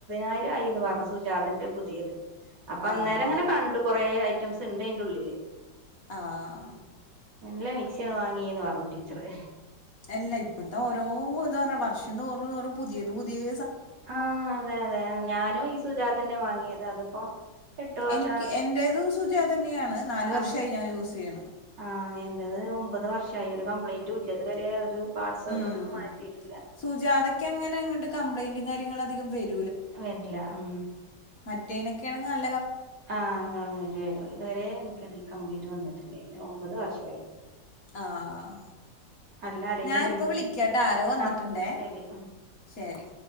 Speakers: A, on the right; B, on the left.
A: മ്പതിനായിരായിന്ന് പറഞ്ഞു സുജാതന്റെ പുതിയത്. അപ്പൊ അന്നേരം
B: ആഹ്
A: ഇങ്ങനെ കണ്ടു കൊറെ ഐറ്റംസ് ഇണ്ട് അയിന്റെ ഉള്ളില്
B: ആഹ്
A: നല്ല മിക്സിയന്നെ വാങ്ങീന്ന് പറഞ്ഞു ടീച്ചറ്.
B: അല്ല ഇപ്പത്തൊരോ ഇത്ന്ന് പറഞ്ഞ വർഷം തോറും, തോറും പുതിയത് പുതിയേ
A: ആഹ് അതെ, അതെ ഞാനും ഈ സുജാതന്നെ വാങ്ങിയത്. അതിപ്പോ എട്ട് വർഷം
B: എനിക്ക് എന്റേതും സുജാതന്നെയാണ്. നാല്
A: ആഹ്
B: വർഷായി ഞാൻ യൂസ് ചെയ്യ്ണ്.
A: ആഹ് എന്റേത് ഒമ്പത് വർഷായി ഒരു കംപ്ലൈന്റുല്ല ഇതുവരെ ഒര് പാദ്സാതൊന്നും
B: ഉം
A: മാറ്റിട്ടില്ല.
B: സുജാതക്ക് അങ്ങനെ അങ്ങട്ട് കംപ്ലൈന്റും കാര്യങ്ങളും അധികം വരു
A: വരില്ല. ഹ്മ്മ്
B: മറ്റേനെക്കെയാണെങ്കിൽ ന
A: ആഹ് കംപ്ലയിന്റ് വരും, ഇത് വരെ ഇൻക്ക് റീകംപ്ലയിന്റ് വന്നിട്ടില്ലെന്നു. ഒമ്പത് വർഷായി
B: ആഹ്.
A: നല്ല അരയും
B: ഞാൻ ഇപ്പ
A: ചെയ്യും
B: വിളിക്ക്യാട്ടാ ആരോ വന്ന്ട്ട്ണ്ടെ,
A: ആ ശരി ആ
B: ശെരി